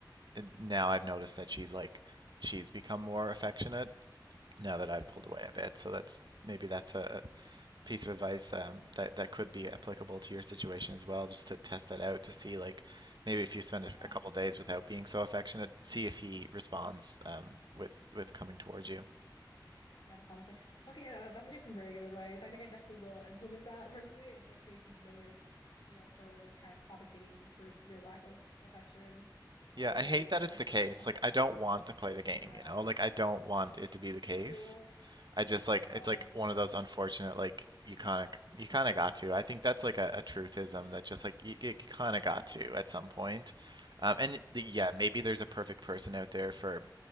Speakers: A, on the right; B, on the left.
A: and now I've noticed that she's like she's become more affectionate now that I've pulled
B: mm,
A: away a bit. So that's maybe that's a piece of advice um, that that could be applicable to your situation as well, just to test that out to see like maybe if you spend
B: yeah.
A: a, a couple days without being so affectionate, see if he responds um, with with coming towards you.
B: Yeah, to compensate. Okay, yeah, that- that's actually some very good advice. I think I definitely will implement that personally, especially if you've noticed, you know, her kind of compensating for your lack of affection,
A: Yeah,
B: um,
A: I
B: by
A: hate
B: being
A: that
B: more affectionate
A: it's the case.
B: herself.
A: Like, I don't want to play the game,
B: Yeah,
A: you know? Like, I don't want it to be the case.
B: me too.
A: I just like
B: Yeah,
A: it's like one of those unfortunate like you kind of you kind of got to. I think that's like a, a truthism that just like you, you kind of got to at some point. Um, and the,
B: yeah.
A: yeah, maybe there's a perfect person out there for